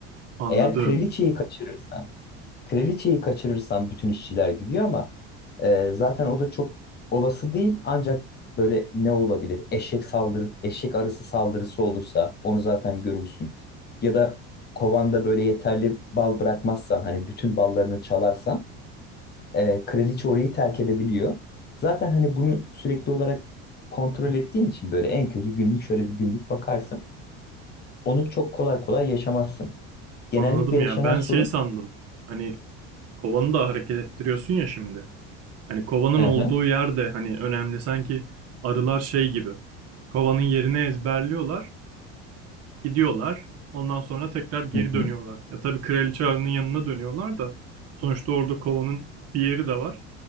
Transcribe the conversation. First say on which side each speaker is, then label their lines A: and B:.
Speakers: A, on the right; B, on the left.
A: Anladım.
B: Eğer kraliçeyi kaçırırsan Kraliçeyi kaçırırsan bütün işçiler gidiyor ama e, zaten o da çok olası değil. Ancak böyle ne olabilir? Eşek saldırı, eşek arısı saldırısı olursa onu zaten görürsün. Ya da kovanda böyle yeterli bal bırakmazsan hani bütün ballarını çalarsan e, kraliçe orayı terk edebiliyor. Zaten hani bunu sürekli olarak kontrol ettiğin için böyle en kötü günlük şöyle bir günlük bakarsın. Onu çok kolay kolay yaşamazsın. Genellikle
A: Anladım
B: yaşanan
A: ya. Ben
B: sorun...
A: şey sandım. Hani kovanı da hareket ettiriyorsun ya şimdi. Hani kovanın
B: Hı
A: olduğu
B: hı.
A: yerde hani önemli sanki arılar şey gibi. Kovanın yerini ezberliyorlar. Gidiyorlar. Ondan sonra tekrar geri
B: Hı hı.
A: dönüyorlar. Ya tabii Kraliçe Arı'nın yanına dönüyorlar da sonuçta orada kovanın bir yeri de var.